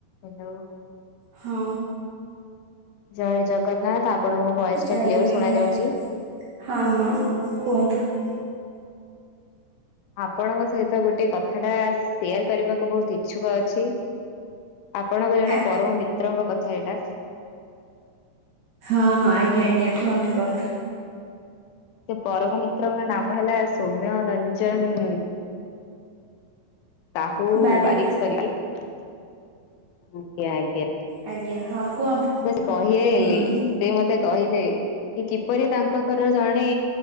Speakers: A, on the left; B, on the right.
A: Hello.
B: ହଁ।
A: ଜୟ ଜଗନ୍ନାଥ ଆପଣଙ୍କ ଭଏସ
B: ଜୟ
A: ଟା କ୍ଲିୟର
B: ଜଗନ୍ନାଥ
A: ଶୁଣ ଯାଉଛି।
B: ହଁ ହଁ କୁହନ୍ତୁ।
A: ଆପଣଙ୍କ ସହିତ ଗୋଟେ କଥା ଟା ସେୟାର କରିବାକୁ ବହୁତ ଇଚ୍ଛୁକ ଅଛି। ଆପଣଙ୍କ ଜଣେ
B: ଆ
A: ପରମ ମିତ୍ରଙ୍କ କଥା ଏଇଟା
B: ହଁ ହଁ ଆଜ୍ଞା ଆଜ୍ଞା କୁହନ୍ତୁ କୁହନ୍ତୁ।
A: ସେ ପରମ ମିତ୍ରଙ୍କ ନାମ ହେଲା ସୌମ୍ୟ ରଞ୍ଜନ। କହୁ
B: ବାରିକ
A: ବାରିିକ ସାରିକ ଆଜ୍ଞା ଆଜ୍ଞା।
B: ଆଜ୍ଞା ହଁ କୁହନ୍ତୁ।
A: ସେ କହିଲେ
B: ହୁଁ
A: ସେ ମତେ କହିଲେ କି କିପରି ତାଙ୍କ ଘର ଜଣେ